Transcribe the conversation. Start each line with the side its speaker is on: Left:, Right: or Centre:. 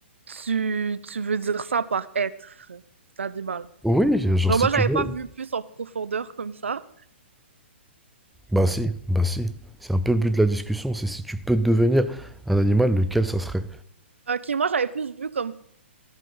Right: tu, tu veux dire ça par être l'animal.
Centre: Oui, genre,
Right: Genre,
Centre: si
Right: moi,
Centre: tu
Right: j'avais
Centre: veux.
Right: pas vu plus en profondeur comme ça.
Centre: Bah si, bah si. C'est un peu le but de la discussion, c'est si tu peux devenir un animal, lequel ça serait.
Right: Ok, moi, j'avais plus vu comme